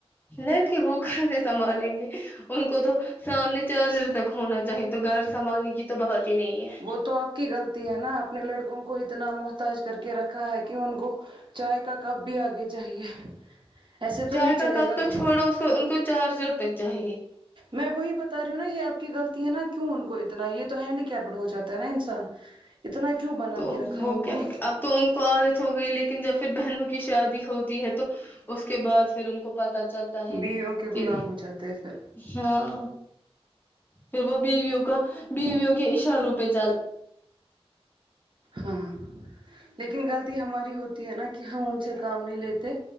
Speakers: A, on the left; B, on the right.
A: لڑکے وہ کہ سے سنبھالیں گے ان کو تو سامنے چارج تک ہونا چاہیے تو گھر سنبھالنے کی تو بات ہی نہیں ہے
B: وہ تو آپ کی غلطی ہے نا اپنے لڑکوں کو اتنا محتاج کر کے رکھا ہے کہ ان کو چائے کا کپ بھی آگے چاہیے ایسے تو
A: چائے
B: نہیں
A: کا
B: چلے
A: کپ
B: گا
A: تو چھوڑو اس کو ان کو چارجر تک چاہیے
B: میں وہی بتا رہی ہوں نا یہ آپ کی غلطی ہے نا کیوں ان کو اتنا یہ تو ہینڈی کیپڈ ہو جاتا ہے نا انسان اتنا کیوں بنا
A: تو
B: کے رکھا
A: وہ
B: ان
A: کیا
B: کو
A: ہے اب تو ان کو عادت ہو گئی لیکن جب پھر بہن کی شادی ہوتی ہے تو اس کے بعد پھر ان کو پتہ چلتا ہے
B: بیویوں کے
A: کہ
B: غلام ہو جاتے ہیں پھر
A: ہاں پھر وہ بیویوں کا بیویوں کے اشاروں پہ چل
B: ہاں لیکن غلطی ہماری ہوتی ہے نا کہ ہم ان سے کام نہیں لیتے